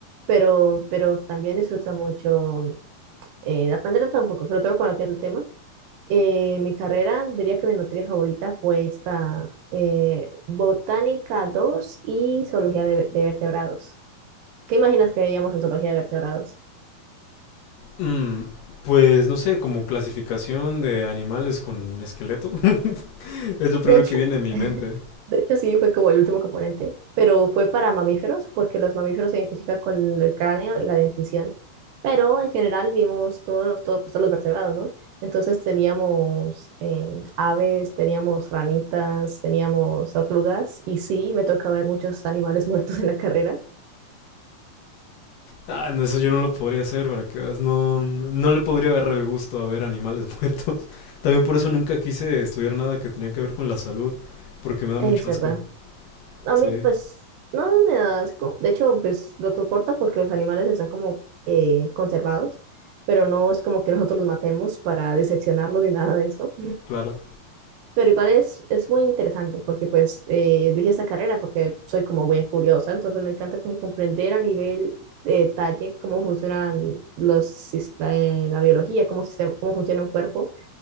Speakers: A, on the right; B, on the left.
A: Pero, pero también disfruto mucho eh, de aprender de todo un poco, sobre todo cuando tiene el tema. Eh, mi carrera, diría que mi materia favorita fue esta eh, Botánica dos y Zoología de, de Vertebrados. ¿Qué imaginas que veíamos en Zoología de Vertebrados?
B: Mm, pues no sé, como clasificación de animales con esqueleto. <laughs> Es lo primero
A: De hecho,
B: que viene a mi mente.
A: de hecho sí fue como el último componente, pero fue para mamíferos porque los mamíferos se identifican con el cráneo y la dentición. Pero en general vimos todos los, todo- pues, todos los vertebrados, ¿no? Entonces teníamos eh, aves, teníamos ranitas, teníamos tortugas y sí, me toca ver muchos animales <laughs> muertos en la carrera
B: Ah, no, eso yo no lo podría hacer, para que veas. No, no le podría agarrar el gusto a ver animales <laughs> muertos. También por eso nunca quise estudiar nada que tenía que ver con la salud, porque me da
A: Es
B: mucho
A: verdad.
B: asco.
A: A
B: Sí,
A: mí, pues, no me da asco. De hecho, pues lo soporta porque los animales están como eh, conservados, pero no es como que nosotros los matemos para diseccionarlos ni nada de eso.
B: claro.
A: Pero igual es, es muy interesante porque, pues, eh, elegí esta carrera porque soy como muy curiosa, entonces me encanta como comprender a nivel de detalle cómo funcionan los, sis- eh, la biología, cómo, sistem- cómo funciona un cuerpo